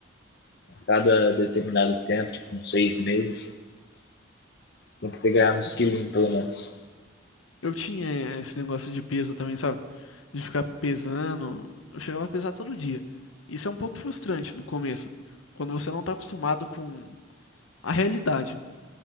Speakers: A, on the left (about 55°); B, on the left (about 80°).
A: a cada determinado tempo, tipo uns seis meses. Tem que ter ganhado uns quilinhos, pelo menos.
B: Eu tinha esse negócio de peso também, sabe? De ficar pesando. Eu chegava a pesar todo dia. Isso é um pouco frustrante no começo, quando você não tá acostumado com a realidade,